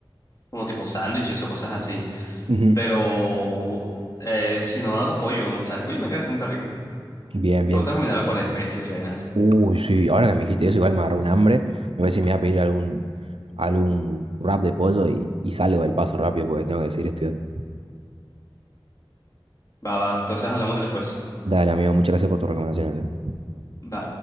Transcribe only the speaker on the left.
como tipo sándwiches o cosas así.
Pero eh, si no hago pollo, o sea, el pollo me queda bastante rico. Me
gusta combinarlo con especias y vainas así.
Va, va, entonces hablamos después.
Va.